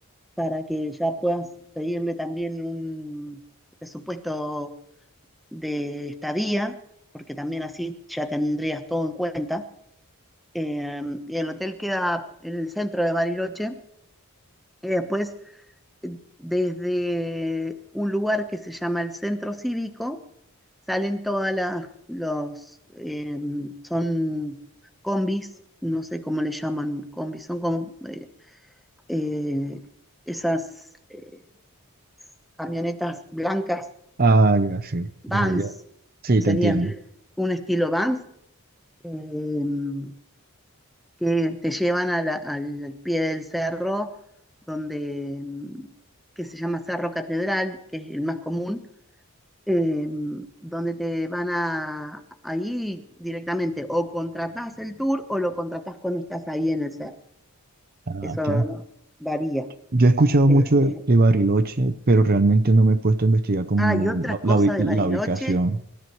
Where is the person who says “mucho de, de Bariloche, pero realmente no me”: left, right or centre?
Right